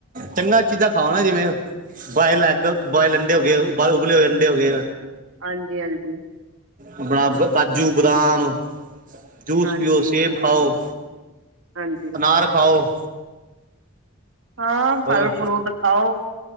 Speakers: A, on the right (about 40°); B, on the right (about 60°).
A: ਚੰਗਾ ਚੀਜ਼ਾਂ ਖਾਓ ਨਾ ਜਿਵੇਂ ਬੁਆਇਲ ਐਗ, ਬੁਆਇਲ ਅੰਡੇ ਹੋ ਗਏ। ਉਬਲੇ ਹੋਏ ਅੰਡੇ ਹੋ ਗਏ।
B: ਹਾਂਜੀ, ਹਾਂਜੀ।
A: ਆਪਣਾ ਕਾਜੂ, ਬਦਾਮ, ਜੂਸ
B: ਹਾਂਜੀ
A: ਪਿਓ ਸੇਬ ਖਾਓ,
B: ਹਾਂਜੀ
A: ਅਨਾਰ ਖਾਓ।
B: ਹਾਂ ਫਲ
A: ੳਹ,
B: ਫਰੂਟ ਖਾਓ